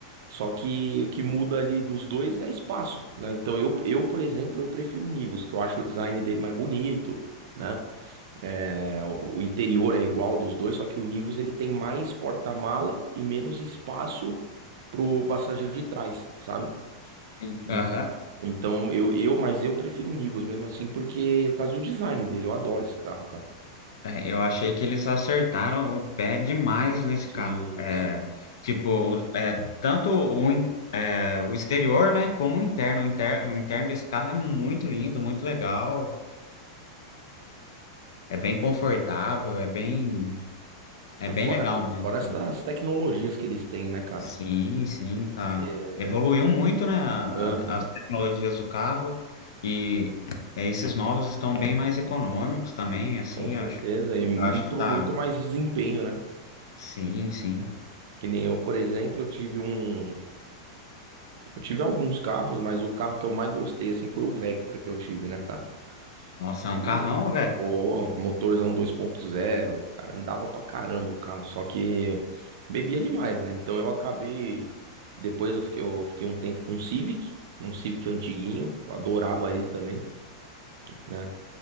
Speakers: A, on the right; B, on the left.
A: Só que o que muda ali dos dois é espaço, né? Então eu, eu, por exemplo, eu prefiro o Nivus, que eu acho o design dele mais bonito, né? É, o o interior é igual dos dois, só que o Nivus ele tem mais porta-mala e menos espaço pro passageiro de trás, sabe?
B: Sim. Aham.
A: Então, então eu, eu, mas eu prefiro o Nivus mesmo assim, porque por causa do design dele, eu adoro esse carro, cara.
B: É, eu achei que eles acertaram o pé demais nesse carro.
A: Sim,
B: É,
A: sim.
B: tipo, o- é, tanto o, in- é, o exterior, né, como o interno. O inter- o interno desse carro é muito lindo, muito legal. É bem confortável, é bem, é
A: É,
B: bem
A: Fora,
B: legal mesmo.
A: fora estas
B: assim.
A: tecnologias que eles têm, né, cara?
B: Sim, sim, tá.
A: É,
B: Evoluiu muito, né, a-
A: aham,
B: a- as tecnologias do carro e é, esses novos estão bem mais econômicos também, assim,
A: com certeza.
B: eu acho,
A: E muito,
B: eu acho que tá.
A: muito mais desempenho, né?
B: Sim, sim.
A: Que nem eu, por exemplo, eu tive um. é, eu tive alguns carros, mas o carro que eu mais gostei, assim, foi o Vectra que eu tive, né, cara?
B: Nossa,
A: E,
B: é um carrão, velho.
A: pô, motorzão 2.0, cara, andava pra caramba o carro, só que bebia demais, né? Então eu acabei, depois eu fiquei, eu fiquei um tempo com um Civic, um Civic antiguinho, eu adorava ele também, né?